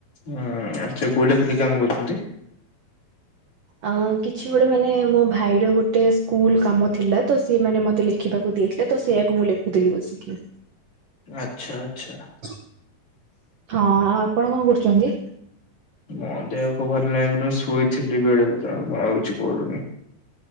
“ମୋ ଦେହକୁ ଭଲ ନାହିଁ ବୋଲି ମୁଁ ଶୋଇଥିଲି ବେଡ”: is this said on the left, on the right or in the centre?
Left